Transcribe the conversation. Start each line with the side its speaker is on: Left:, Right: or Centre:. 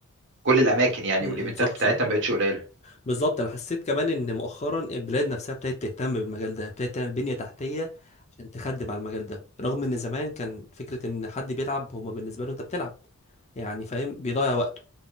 Right: كل الاماكن يعني
Left: م-
Right: والايفنتات
Left: صح
Right: بتاعتها
Left: صح
Right: ما بقتش قليله
Left: بالظبط أنا حسيت كمان إن مؤخرا البلاد نفسها ابتدت تهتم بالمجال ده ابتدت تعمل بنية تحتية عشان تخدم على المجال ده رغم إن زمان كان فكرة إن حد بيلعب هما بالنسبة له أنت بتلعب يعني فاهم بيضيع وقته